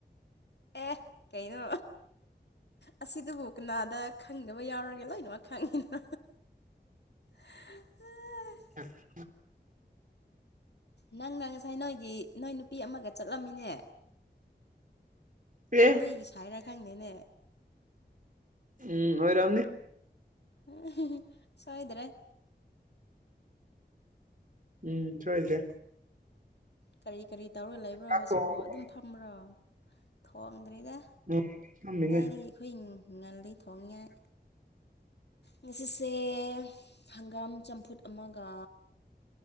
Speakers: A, on the left; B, on the right.
A: ꯑꯦ ꯀꯩꯅꯣ ꯑꯁꯤꯗꯕꯨ ꯀꯅꯥꯗ ꯈꯪꯗꯕ ꯌꯥꯎꯔꯒꯦ ꯂꯣꯏꯅꯃꯛ ꯈꯪꯉꯤꯅꯥ <unintelligible>
B: ꯑꯥ
A: ꯅꯪꯅ ꯉꯁꯥꯏ ꯅꯣꯏꯒꯤ ꯅꯣꯏ ꯅꯨꯄꯤ ꯑꯃꯒ ꯆꯠꯂꯝꯃꯤꯅꯦ
B: <unintelligible>
A: ꯑꯩꯒꯤ ꯁꯥꯏꯔ ꯈꯪꯅꯦꯅꯦ
B: ꯎꯝ ꯑꯣꯏꯔꯝꯅꯤ
A: ꯎ <unintelligible> ꯁꯣꯏꯗ꯭ꯔꯦ
B: ꯎꯝ ꯁꯣꯏꯗ꯭ꯔꯦ
A: ꯀꯔꯤ ꯀꯔꯤ ꯇꯧꯔꯒ ꯂꯩꯕ꯭ꯔꯣ
B: ꯆꯥꯛ
A: ꯍꯧꯖꯤꯛꯄꯣ
B: ꯊꯣꯡꯉꯕꯣ
A: ꯑꯗꯨꯝ ꯐꯝꯕ꯭ꯔꯣ ꯊꯣꯡꯗ꯭ꯔꯤꯗꯥ
B: ꯎꯝ ꯐꯝꯃꯤꯅꯦ
A: ꯀꯥꯏꯗꯒꯤ ꯑꯩꯈꯣꯏ ꯉꯜꯂꯤ ꯊꯣꯡꯅꯤꯡꯉꯥꯏ ꯉꯥꯁꯤꯁꯦ ꯍꯪꯒꯥꯝ ꯆꯝꯐꯨꯠ ꯑꯃꯒꯥ